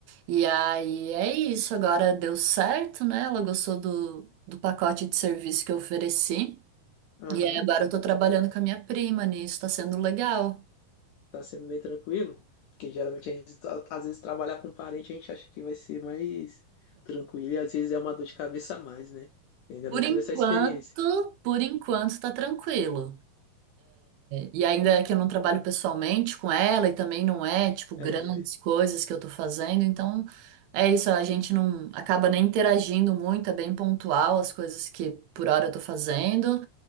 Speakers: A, on the right (about 85°); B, on the left (about 80°).
A: E aí é isso, agora deu certo, né? Ela gostou do, do pacote de serviço que eu ofereci.
B: aham.
A: E aí agora eu tô trabalhando com a minha prima nisso, tá sendo legal.
B: Tá sendo bem tranquilo? Porque geralmente a gente, tá- às vezes, trabalhar com parente, a gente acha que vai ser mais tranquilo e às vezes é uma dor de cabeça a mais, né? Eu ainda
A: Por
B: não tive
A: enquanto,
B: essa experiência.
A: por enquanto tá tranquilo. E ainda que eu não trabalho pessoalmente com ela e também não é, tipo, grandes
B: É,
A: coisas que eu tô fazendo, então é isso, a gente não acaba nem interagindo muito, é bem pontual as coisas que por hora eu tô fazendo.